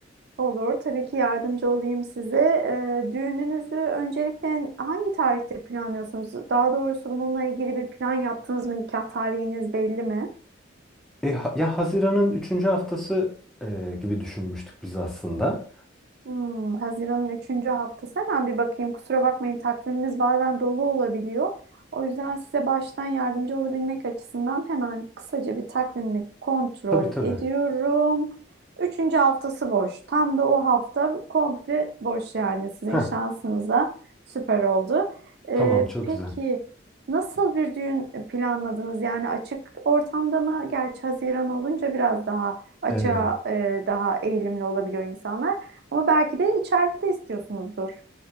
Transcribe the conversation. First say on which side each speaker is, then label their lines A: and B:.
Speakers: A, on the right; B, in the centre.
A: Olur, tabii ki yardımcı olayım size. Ee, düğününüzü öncelikle hangi tarihte planlıyorsunuz? Daha doğrusu bununla ilgili bir plan yaptınız mı? Nikah tarihiniz belli mi?
B: E, ha- ya Haziran'ın üçüncü haftası e, gibi düşünmüştük biz aslında.
A: Hmm, Haziran'ın üçüncü haftası hemen bir bakayım. Kusura bakmayın takviminiz bazen dolu olabiliyor. O yüzden size baştan yardımcı olabilmek açısından hemen kısaca bir takvimi kontrol
B: Tabii tabii.
A: ediyorum. Üçüncü haftası boş. Tam da o hafta komple boş yani sizin
B: Heh,
A: şansınıza süper oldu. Ee,
B: tamam çok
A: peki
B: güzel.
A: nasıl bir düğün planladınız? Yani açık ortamda mı? Gerçi Haziran olunca biraz daha açığa
B: evet
A: e, daha eğilimli olabiliyor insanlar. Ama belki de içeride istiyorsunuzdur.